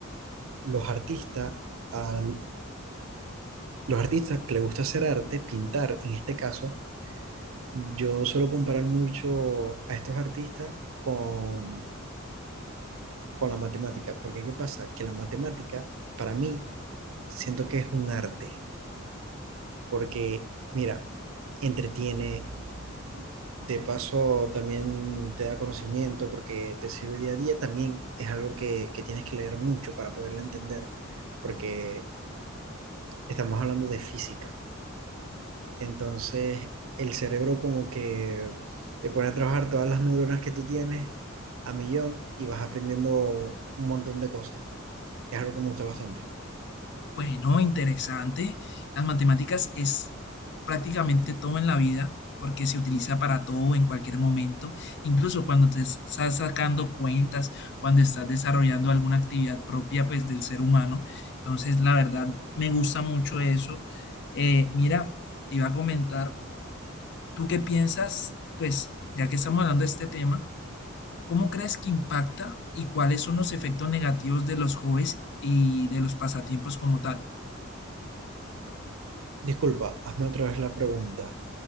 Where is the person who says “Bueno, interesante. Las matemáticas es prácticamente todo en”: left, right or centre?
Left